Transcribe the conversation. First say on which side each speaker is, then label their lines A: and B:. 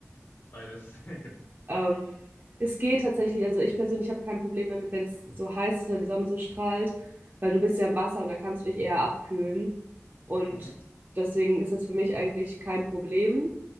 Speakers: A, on the left (about 45°); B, on the right (about 35°).
A: Beides, <laughs> genau.
B: Ähm, es geht tatsächlich, also ich persönlich habe kein Problem damit, wenn es so heiß ist oder die Sonne so strahlt, weil du bist ja im Wasser und da kannst du dich eher abkühlen. Und
A: Mhm.
B: deswegen ist das für mich eigentlich kein Problem.